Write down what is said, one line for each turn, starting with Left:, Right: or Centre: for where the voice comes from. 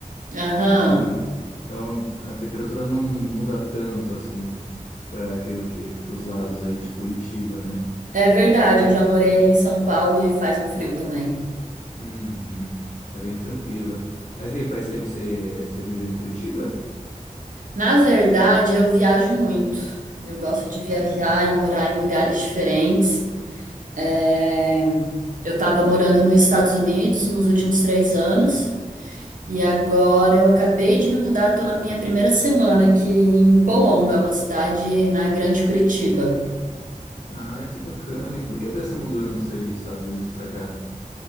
Right: Aham,
Left: então, então a temperatura não muda tanto assim, para creio que para os lados aí de Curitiba, né?
Right: é verdade,
Left: É,
Right: eu já
Left: isso.
Right: morei aí em São Paulo e faz um frio também.
Left: Uhum, é bem tranquila. Mas aí, faz tempo que você, você vive em Curitiba?
Right: Na verdade, eu viajo muito. Eu gosto de viajar
Left: É.
Right: e morar em lugares diferentes. É, Eu estava morando nos Estados Unidos nos últimos três anos e agora eu acabei de me mudar, estou na minha primeira semana aqui em Colombo, é uma cidade na Grande Curitiba.
Left: Ah, que bacana. E por que dessa mudança aí dos Estados Unidos para cá?